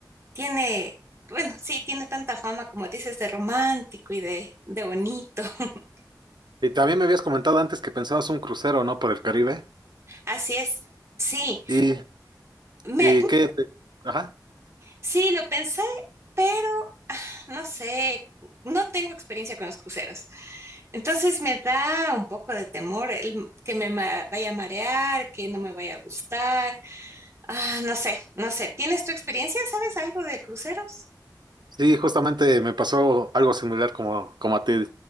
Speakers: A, on the right (about 40°); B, on the right (about 75°).
A: Tiene, bueno, sí, tiene tanta fama como dices de romántico y de, de bonito. <laughs>
B: Y también me habías comentado antes que pensabas un crucero, ¿no? Por el Caribe.
A: Así es. Sí,
B: Y,
A: me,
B: y qué te- Ajá.
A: Sí, lo pensé, pero ah, no sé, no tengo experiencia con los cruceros. Entonces me da un poco de temor el m- que me ma- vaya a marear, que no me vaya a gustar. Ah, no sé, no sé. ¿Tienes tu experiencia? ¿Sabes algo de cruceros?
B: Sí, justamente me pasó algo similar como, como a ti.